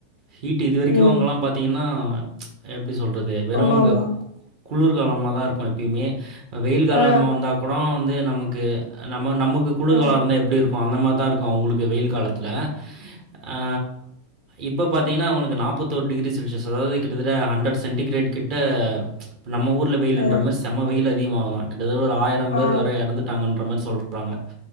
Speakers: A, on the right; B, on the left.
A: ஹீட்டு இது வெரிக்கு
B: ம்
A: அவுங்கல்லா பாத்தீங்கன்னா எப்டி சொல்றது வெறு
B: ஆமா
A: அங்க
B: ஆமா
A: குளிர்காலமாதா இருக்கு எப்பியுமே வெயில் காலம
B: ஆ
A: வந்தா கூடோ வந்து நமக்கு நம்ம நமக்கு குளிர்காலோ
B: அ
A: இருந்தா எப்டி இருக் கு அந்த மாரி தா இருக்கு அவுங்களுக்கு வெயில் காலத்துல ஆ இப்ப பாத்தீங்கன்னா அவங்களுக்கு நாப்பத்தோரு டிகிரி செல்சியஸ் அதாவது கிட்டத்தட்ட ஹண்ட்ரட் சென்டிகிரேட் கிட்ட நம்ம ஊர்ல வெயிலுன்ற
B: ஆ
A: மாரி செம்ம வெயில் அதிகமாவுதா கிட்டத்தட்ட ஒரு ஆயிரம் பேரு
B: ஆ
A: வர எறந்துட்டாங்கன்ற மாரி சொல்றா ங்க